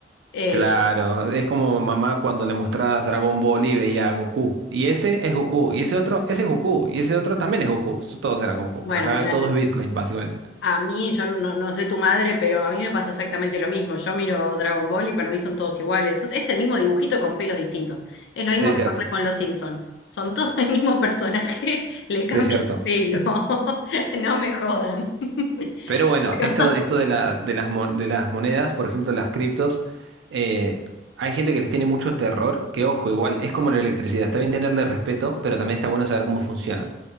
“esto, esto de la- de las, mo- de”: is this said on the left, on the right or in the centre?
Right